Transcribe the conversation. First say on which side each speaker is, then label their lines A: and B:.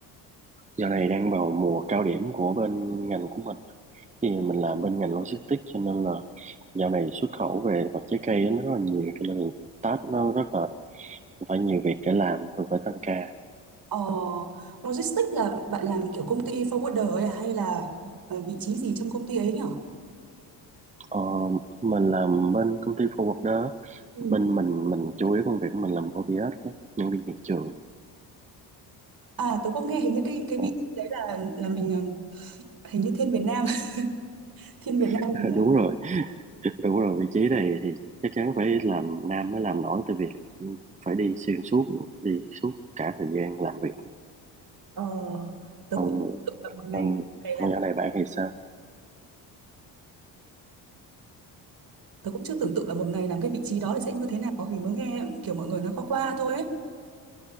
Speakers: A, on the right (about 15°); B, on the right (about 50°).
A: Dạo này đang vào mùa cao điểm của bên ngành của mình. Thì mình làm bên ngành logistics cho nên là dạo này xuất khẩu về vật trái cây nó rất là nhiều cho nên là task nó rất là phải nhiều việc để làm thường phải tăng ca.
B: Ờ logistics là bạn làm kiểu công ty forwarder ấy à? hay là ờ, vị trí gì trong công ty ấy nhở?
A: Ờ, mình làm bên công ty forwarder á.
B: Ừ.
A: bên mình mình chủ yếu công việc của mình làm ODS đó, nhân viên hiện trường
B: À tôi có nghe hình như cái cái
A: Không-
B: vị trí đấy là là mình ờ, hình như thiên Việt Nam, <laughs> thiên Việt
A: <laughs>
B: Nam mình
A: đúng rồi <laughs> đúng rồi vị trí này thì chắc chắn phải làm nam mới làm nổi tại vì phải đi xuyên suốt đi suốt cả thời gian làm việc
B: Ờ tôi
A: còn
B: cũng tưởng tượng là một ngày
A: còn
B: ngày
A: còn
B: làm
A: nhỏ này bạn thì sao
B: tôi cũng chưa tưởng tượng là một ngày làm cái vị trí đó thì sẽ như thế nào vì mới nghe kiểu mọi người nói qua qua thôi ấy.